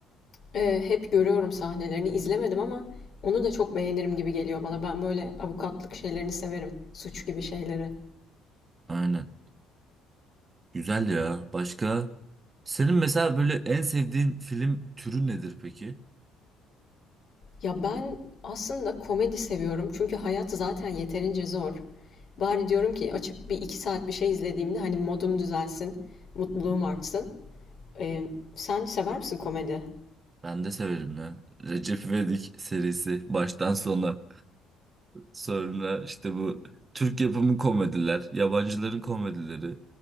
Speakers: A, on the left; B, on the right.
A: Eee, hep görüyorum sahnelerini. izlemedim ama onu da çok beğenirim gibi geliyor bana. Ben böyle avukatlık şeylerini severim. Suç gibi şeyleri.
B: Aynen. Güzel ya. Başka? Senin mesela böyle en sevdiğin film türü nedir peki?
A: Ya ben aslında komedi seviyorum. Çünkü hayat zaten yeterince zor. Bari diyorum ki açıp bir iki saat bir şey izlediğimde hani modum düzelsin, mutluluğum artsın. Eee, sen sever misin komedi?
B: Ben de severim ya. Recep İvedik serisi baştan sona. Sonra işte bu Türk yapımı komediler, yabancıların komedileri.